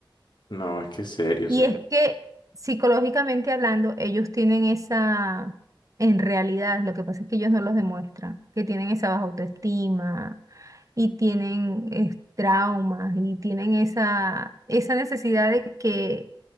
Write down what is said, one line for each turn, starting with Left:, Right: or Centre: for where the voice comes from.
Left: No, es que es serio, o
Right: Y
Left: sea.
Right: es que psicológicamente hablando, ellos tienen esa, en realidad, lo que pasa es que ellos no los demuestran, que tienen esa baja autoestima y tienen es, traumas y tienen esa, esa necesidad de que,